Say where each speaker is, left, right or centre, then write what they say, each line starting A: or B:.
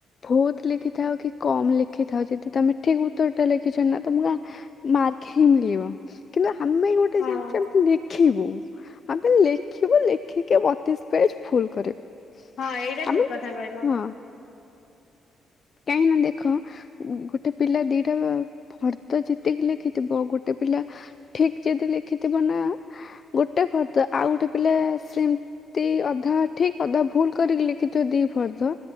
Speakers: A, on the left; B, on the left.
A: ବହୁତ ଲେଖିଥାଉ କି କମ ଲେଖିଥାଉ ଯଦି ତମେ ଠିକ ଉତ୍ତର ଟା ଲେଖିଛ ନା ତମକୁ ମାର୍କ ହିଁ ମିଳିବ। କିନ୍ତୁ ଆମେ ଗୋଟେ
B: ହଁ
A: ଚାହୁଁଛୁ ଆମେ ଲେଖିବୁ ଆମେ ଲେଖିବୁ ଲେଖିକି ବତିଷ୍ ପେଜ ଫୁଲ କରିବୁ,
B: ହଁ ଏଇଟା
A: ଆମେ
B: ଠିକ କଥା
A: ତ
B: କହିଲ
A: ହଁ। କାହିଁକା ନା ଦେଖ ଗୋଟେ ପିଲା ଦିଟା ଫର୍ଦ ଜେତିକି ଲଖିଥିବ ଗୋଟେ ପିଲା ଠିକ୍ ଯଦି ଲେଖିଥିବ ନା ଗୋଟେ ଫର୍ଦ ଆଉ ଗୋଟେ ପିଲା ସେମ୍ ନ୍ତି ଅଧା ଠିକ୍ ଅଧା ଭୁଲ କରିକି ଲେଖିଥିବ ଦି ଫର୍ଦ